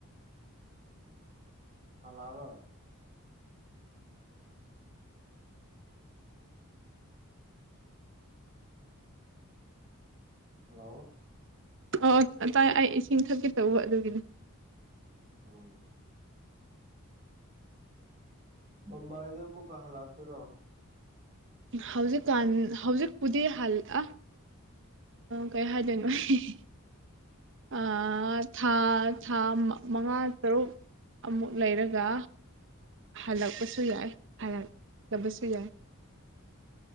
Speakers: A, on the right; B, on the right.
A: ꯍꯂꯥꯔꯣꯢ ꯍꯜꯂꯣ
B: ꯑꯣ ꯇꯥꯏ ꯑꯩ ꯏꯁꯤꯡ ꯊꯛꯀꯦ ꯇꯧꯕ ꯑꯗꯨꯒꯤꯅꯦ
A: ꯑꯣ ꯃꯝꯕꯥꯏꯗ ꯑꯃꯨꯛ ꯀꯥ ꯍꯂꯥꯛꯇꯣꯢꯔꯣ
B: ꯍꯧꯖꯤꯛꯀꯥꯟ ꯍꯧꯖꯤꯛꯄꯨꯗꯤ ꯍꯜ ꯑꯥ ꯀꯩ ꯍꯥꯏꯗꯣꯏꯅꯣ ꯑꯩ ꯍꯥꯍꯥ <inaudible> ꯑꯥ ꯊꯥ ꯊꯥ ꯃꯉꯥ ꯇꯔꯨꯛ ꯑꯃꯨꯛ ꯂꯩꯔꯒ ꯍꯜꯂꯛꯄꯁꯨ ꯌꯥꯏ ꯇꯕꯁꯨ ꯌꯥꯢ